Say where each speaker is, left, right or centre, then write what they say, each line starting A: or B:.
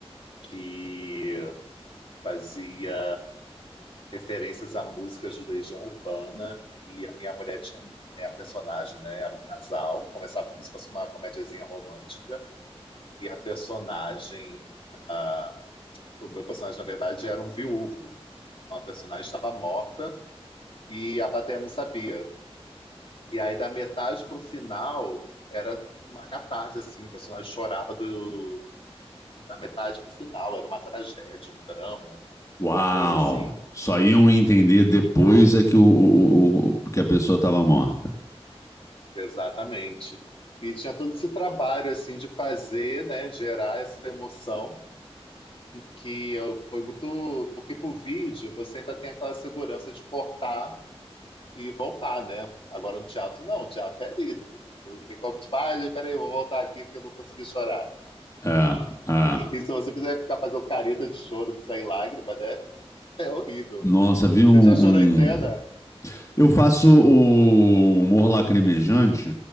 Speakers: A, on the left (about 55°); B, on the left (about 30°).
A: que fazia referências à música de Legião Urbana e a minha mulher tinha, né, a personagem, né, era um casal, começava como se fosse uma comediazinha romântica e a personagem, ah, o meu personagem, na verdade, era um viúvo. Então, a personagem estava morta E a plateia não sabia. E aí, da metade pro final, era uma catarse, assim. O personagem chorava do, da metade pro final. Era uma tragédia, um drama,
B: Uau!
A: uma coisa assim.
B: Só iam entender depois é que, o, o- o- o- que a pessoa estava morta.
A: Exatamente. E tinha todo esse trabalho, assim, de fazer, né? Gerar essa emoção. Que eu, foi muito... Porque pro vídeo, você ainda tem aquela segurança de cortar e voltar, né? Agora no teatro, não. O teatro é lido. Não tem como, tipo, ah, peraí, eu vou voltar aqui porque eu não consegui chorar.
B: É, é.
A: E se você quiser ficar fazendo careta de choro de sair lágrima, né? É horrível.
B: Nossa, vi um...
A: Você já chorou em cena?
B: um- Eu faço o humor lacrimejante